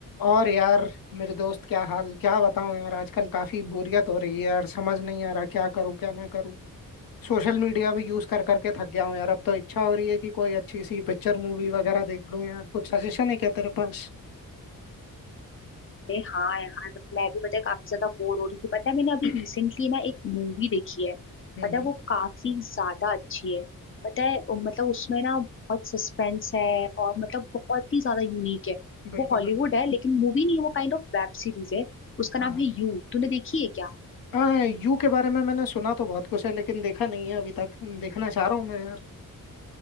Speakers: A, on the left; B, on the left.
A: और यार मेरे दोस्त क्या हाल क्या बताऊं यार आजकल काफी बोरियत हो रही है यार समझ नहीं आ रहा क्या करूं क्या ना करूं सोशल मीडिया भी यूज कर करके थक गया हूं यार अब तो इच्छा हो रही है कि कोई अच्छी सी पिक्चर मूवी वगैरह देख लूं यार कुछ सजेशन है क्या तेरे पास
B: अरे हाँ यार मैं भी पता है काफी ज्यादा बोर हो रही थी पता है मैंने अभी
A: <clears throat>
B: रिसेंटली ना एक मूवी देखी है
A: हम्म
B: पता
A: हम्म,
B: है वो काफी ज्यादा अच्छी है पता है अ, मतलब उसमें ना बहुत सस्पेंस है और मतलब बहुत ही ज्यादा यूनिक है
A: बिल्कुल
B: वो हॉलीवुड
A: बिल्कुल
B: है लेकिन मूवी नहीं है वो काइंड ऑफ वेब सीरीज है उसका
A: हाँ
B: नाम है यू तूने देखी है क्या
A: हाँ यू के बारे में मैंने सुना तो बहुत कुछ है लेकिन देखा नहीं है अभी तक देखना चाह रहा हूँ मैं यार